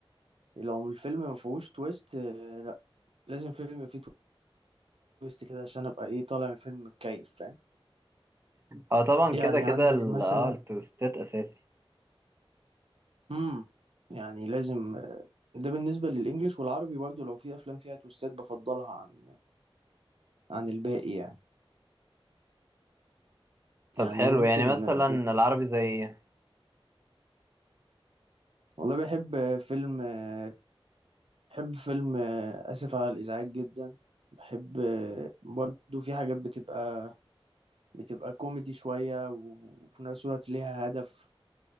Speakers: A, on the right; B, on the right.
A: لو الفيلم ما فيهوش تويست آه، لا لازم فيلم يبقى فيه تويست كده عشان ابقى ايه طالع من الفيلم متكيف فاهم
B: اه طبعا
A: يعني
B: كده كده
A: عندك
B: ال-
A: مثلا
B: اه التويستات اساسي
A: امم يعني لازم ده بالنسبة للإنجليش والعربي برضه لو في أفلام فيها تويستات بفضلها عن عن الباقي يعني
B: طب
A: يعني
B: حلو
A: ممكن
B: يعني مثلا
A: آه،
B: العربي زي ايه
A: والله بحب فيلم آه، بحب فيلم آه، آسف على الإزعاج جدا بحب آه، برضه في حاجات بتبقى بتبقى كوميدي شوية وفي نفس الوقت ليها هدف